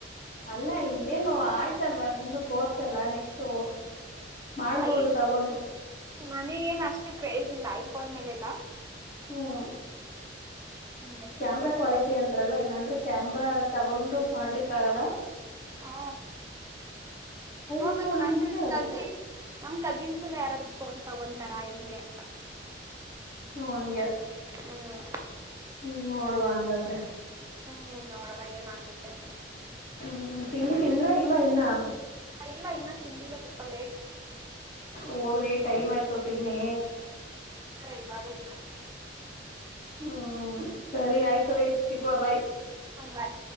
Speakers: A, on the left; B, on the right.
A: ಅಲ್ಲ ಇನ್ನೇನು ಆಯ್ತಲ್ವಾ ನಿಮ್ದು ಕೋರ್ಸ್ ಎಲ್ಲ ನೆಕ್ಸ್ಟ್ ಮಾಡ್ಬೋದು
B: ಯ
A: ತಗೊಂಡು
B: ನನಗೇಏನ್ ಅಷ್ಟು ಕ್ರೇಜ್ ಇಲ್ಲ ಆಯ್ತು ಪಂದ ಮೇಲೆ ಎಲ್ಲಾ
A: ಹ್ಮ್
B: ಮುಂದೆ
A: ಕ್ಯಾಮರಾ ಕ್ವಾಲಿಟಿ ಅಂದ್ರಲ್ಲ ಇಲ್ಲಾಂದ್ರೆ ಕ್ಯಾಮ್ರಾ ತಗೊಂಡು ಮಾಡ್ಲಿಕ್ಕ ಆಗಲ್ಲ
B: ಹಾ ನೋಡ್ಬೇಕು
A: ಐಫೋನ್
B: ನನ್ನ
A: ಅಂದ್ರೆ
B: ಕಜಿನ್
A: ಓಕೆ
B: ನಮ್ ಕಜಿನ್ಸ್ ಎಲ್ಲ ಯಾರಾದ್ರು ಕೊಂಡ ತಗೊಂತರಾ ಹೆಂಗೆ ಅಂತ
A: ಹ ಹಂಗೆ
B: ಹ್ಮ
A: ಹ್ಮ್ ನೋಡುವ ಹಂಗಾದ್ರೆ
B: ಹ್ಮ್ ನೋಡೋಣ ಏನಾಗುತ್ತೆ ಅಂತ
A: ಹ್ಮ್ ತಿಂಡಿ ತಿಂದ್ರಾ ಇಲ್ವಾ ಇನ್ನ
B: ಇಲ್ಲ ಇನ್ನ ತಿಂದಿಲ್ಲ ಸ್ವಲ್ಪ ಲೇಟ್
A: ಹೋಗ್ರಿ ಟೈಮ್ ಆಯ್ತು ತಿನ್ನಿ
B: ಇವ ಅಲ್ಲ
A: ಹ್ಮ್ ಸರಿ ಆಯ್ತು ರೀ ಸಿಗುವ ಭೈ
B: ಬಾಯ್.